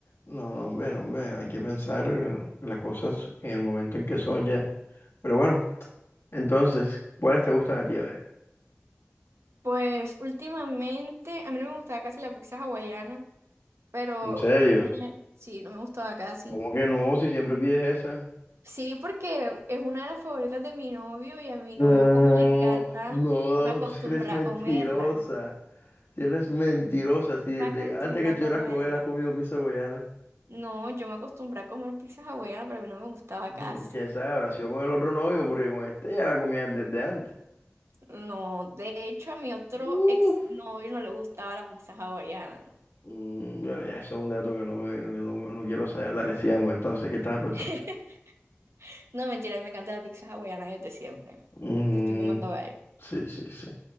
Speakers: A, on the left; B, on the right.
A: No, no, hombre, no, hombre. Hay que pensar eh, las cosas en el momento en que son ya. Pero bueno, entonces, ¿cuáles te gustan a ti? A ver.
B: Pues últimamente, a mí no me gustaba casi la pizza hawaiana, pero
A: ¿En serio?
B: es una- sí, no me gustaba casi.
A: ¿Cómo que no? Si siempre pides esa.
B: Sí, porque es una de las favoritas de mi novio y a mi
A: No,
B: novio como le encantan,
A: no,
B: me acostumbra
A: <laughs> tú sí eres mentirosa.
B: a comerla.
A: Si eres mentirosa, si desde
B: Me acostumbra
A: antes que estuvieras
B: a comerla.
A: con él has comido pizza hawaiana.
B: No, yo me acostumbré a comer pizza hawaiana, pero a mí no me gustaba
A: Ujú,
B: casi.
A: ¿Quién sabe? Habrá sido con el otro novio, porque con este ya la comían desde antes.
B: No, de hecho a mi otro
A: Uf.
B: ex novio no le gustaba la pizza hawaiana.
A: Mm, bueno, ya ese es un dato que no, me- que no, no quiero saber. Dale, sigamos entonces. ¿Qué estabas pensando?
B: <laughs> No, mentira, a mí me encanta la pizza hawaiana desde siempre.
A: Mm,
B: Te estoy mamando gallo.
A: sí, sí, sí.